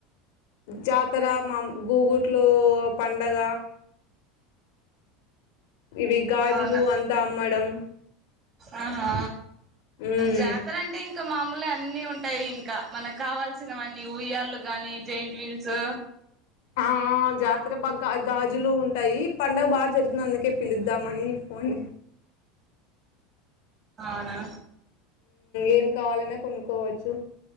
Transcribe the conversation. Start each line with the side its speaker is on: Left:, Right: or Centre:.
Left: జాతర మా గూగుట్లో పండగ ఇవి గాజులు
Right: అవునా
Left: అంతా అమ్మడం
Right: ఆహా
Left: హ్మ్.
Right: జాతర అంటే ఇం ఇంకా మామూలు అన్నిీ ఉంటాయి ఇంకా మనకు కావాల్సి ఉయ్యాల ఊయ్యాళ్ళు గాని జయింట్ వీల్స్
Left: ఆ ఆ జాతర బాగా గాజులు ఉంటాయి పండుగ బాగా జరుగుతుంది అందుకే పిలుద్దామని ఫోన్
Right: అవునా
Left: ఏం కావలిసిన కొనుక్కోవచ్చు